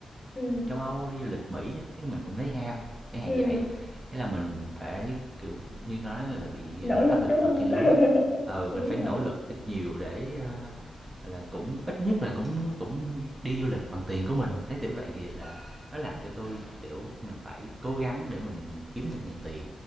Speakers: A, on the left (about 30°); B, on the right (about 20°).
A: ừ
B: châu Âu, đi du lịch Mỹ cái mình cũng thấy ham, cái hàng
A: ừ
B: vậy. Thế là mình phải, kiểu, như tôi nói là bị,
A: nỗ
B: ờ,
A: lực
B: áp lực
A: đúng
B: đồng
A: không
B: trang lứa.
A: <laughs>
B: Ừ,
A: đúng
B: mình phải nỗ
A: rồi
B: lực ít nhiều để, ơ, gọi là, cũng ít nhất là cũng cũng đi du lịch bằng tiền của mình, đấy, kiểu vậy. Thì là nó làm cho tôi, kiểu, mình phải cố gắng để mình kiếm thật nhiều tiền.